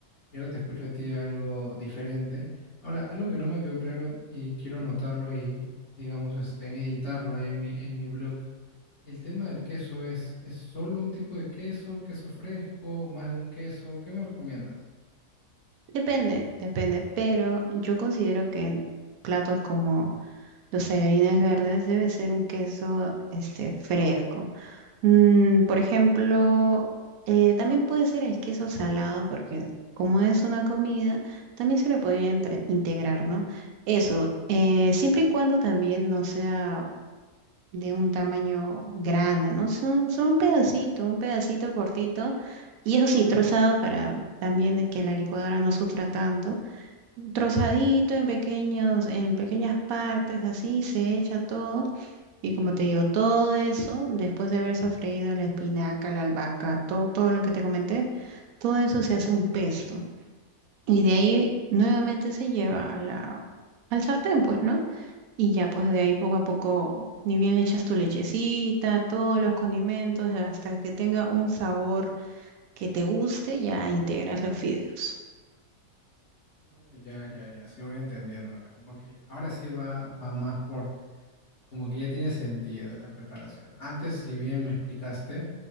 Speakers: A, on the left (about 55°); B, on the right (about 80°).
A: Y ahora te escucho a ti algo diferente. Ahora, algo que no me quedó claro y quiero anotarlo y, digamos, este, en editarlo ahí en mi, en mi blog. El tema del queso es, ¿es solo un tipo de queso, queso fresco, más de un queso? ¿Qué me recomiendas?
B: Depende, depende, pero yo considero que en platos como los tallarines verdes debe ser un queso este, fresco. Mm, por ejemplo, eh, también puede ser el queso salado porque como es una comida, también se le podría entre- integrar, ¿no? Eso, eh, siempre y cuando también no sea de un tamaño grande, ¿no? Son- Solo un pedacito, un pedacito cortito y eso sí, trozado para también que la licuadora no sufra tanto trozadito en pequeños, en pequeñas partes, así se echa todo. Y como te digo, todo eso, después de haber sofreído la espinaca, la albahaca, todo, todo lo que te comenté, todo eso se hace un pesto. Y de ahí nuevamente se lleva a la, al sartén, pues, ¿no? Y ya, pues de ahí poco a poco, ni bien le echas tu lechecita, todos los condimentos, hasta que tenga un sabor que te guste, ya integras los fideos.
A: Oh, ya, ya, ya, sí voy entendiendo ahora. Como que ahora sí va, va más por, como que ya tiene sentido la preparación. Antes, si bien me explicaste,